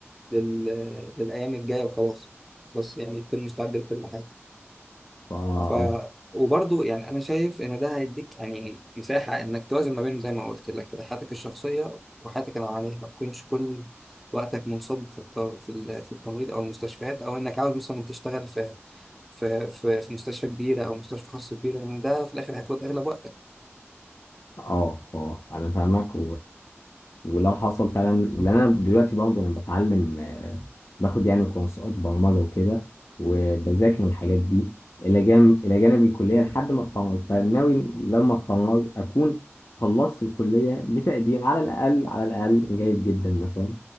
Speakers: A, in the centre; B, on the left (about 75°).
A: لل... للايام الجايه وخلاص بس يعني يكون مستعد لكل حاجه
B: فا
A: ف
B: اه
A: وبرضه يعني انا شايف ان ده هيديك يعني مساحه انك توازن ما بين زي ما قلت لك كده حياتك الشخصيه وحياتك العمليه ما تكونش كل وقتك منصب في الت- في ال- في التمريض او المستشفيات او انك عاوز مثلا تشتغل في في في في مستشفى كبيره او مستشفى خاص كبيره لأن ده في الاخر هيفوت اغلب وقتك
B: اه آه، انا فاهمك ولو حصل فعلا لان انا دلوقتي برضه انا بتعلم آه، باخد يعني كورسات برمجه وكده وبذاكر الحاجات دي الى جانب الى جانب الكليه لحد ما اتخرج فناوي لما اتخرج اكون خلصت الكليه بتقدير على الاقل على الاقل جيد جدا مثلا